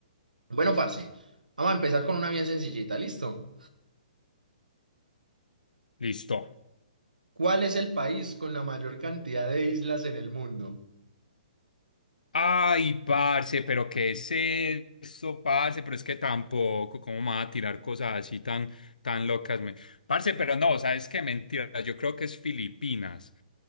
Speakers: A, on the right; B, on the left.
A: Bueno, parce, vamos a empezar con una bien sencillita, ¿listo?
B: Listo.
A: ¿Cuál es el país con la mayor cantidad de islas en el mundo?
B: Ay, parce, pero ¿qué es eso, parce? Pero es que tampoco, ¿cómo me va a tirar cosas así tan, tan locas? me- Parce, pero no, ¿sabes qué? Mentira, yo creo que es Filipinas.